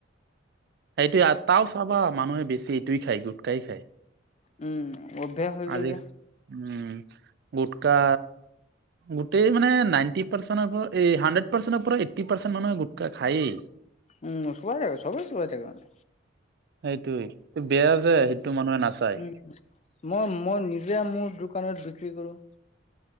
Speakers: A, on the right; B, on the left.
A: সেইটোয়ে আতাও চাবা মানুহে বেছি এইটোয়ে খায় গুটকাই খায়
B: উম অভ্যয়া হৈ গ'ল
A: আজি
B: যে
A: উম গুটকা গোটেই মানে নাইনটি পাৰ্চেনৰ পৰা এ হাণ্ড্ৰেত পাৰ্চেনট পৰা এইটি পাৰ্চেনট মানুহে গুটকা খায়েই
B: উম চোৱাই ছবেই চোবাই থাকে মানে
A: সেটোৱে এইটো বেয়া যে সেইটো মানুহে নাচায়
B: উম মই মই নিজে মোৰ দোকানত বিক্ৰী কৰোঁ